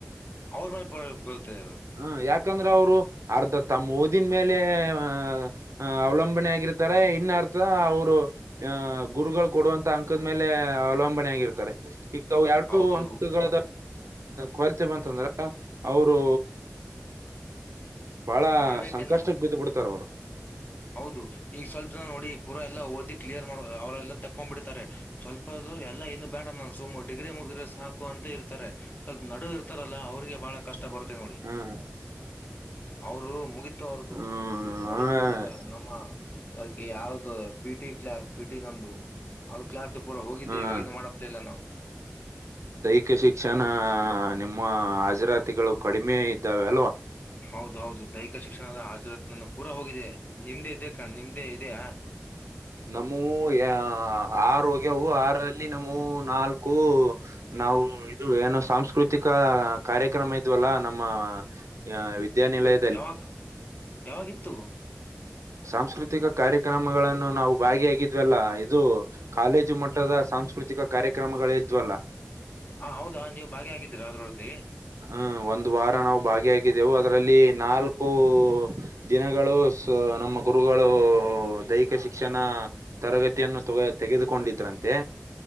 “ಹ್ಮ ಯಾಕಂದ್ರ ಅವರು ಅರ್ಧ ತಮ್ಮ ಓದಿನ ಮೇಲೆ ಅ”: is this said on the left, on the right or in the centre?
Right